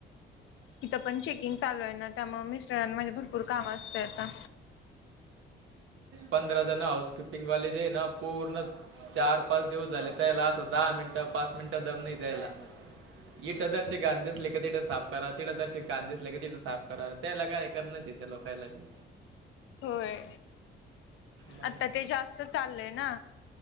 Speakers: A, on the left; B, on the right.
A: तिथं पण चेकिंग चालू आहे ना, त्यामुळे मिस्टरांना माझ्या भरपूर काम असतय आता.
B: पंधरा जण हाऊसकीपिंगवाले, जे हे ना, पूर्ण चार पाच दिवस झाले त्याला असं दहा मिनिटं, पाच मिनिटं दम नाही द्यायला. इथं जराशी घाण दिसलं, की तिथं साफ करा. तिकड जराशी घाण दिसलं, की तिथं साफ करत त्याला काय करणंच ये, त्या लोकाला बी.
A: होय,
B: मग
A: आता ते जास्त चाललंय ना.